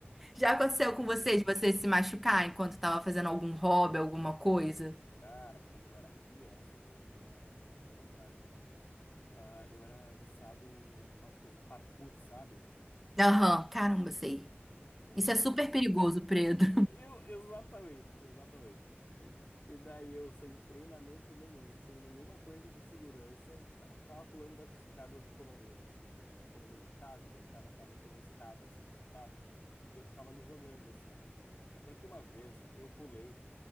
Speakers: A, in the centre; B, on the left (about 45°).
A: Já aconteceu
B: Entendo.
A: com você de você se machucar enquanto tava fazendo algum hobby, alguma coisa?
B: Cara, quando eu era criança, vou até, até, até lembrar aqui. ah, eu era viciado em aquelas coisas parkour, sabe?
A: Aham, caramba, sei.
B: Eu
A: Isso
B: ficava.
A: é super perigoso, Pedro.
B: Eu, exatamente, exatamente. E daí eu, sem treinamento nenhum, sem nenhuma coisa de segurança, tá- ficava pulando das escadas do condomínio, assim, que era o condomínio de casa, daí cada casa tinha uma escada, assim, pra entrada. Eu ficava me jogando, assim. Até que uma vez eu pulei.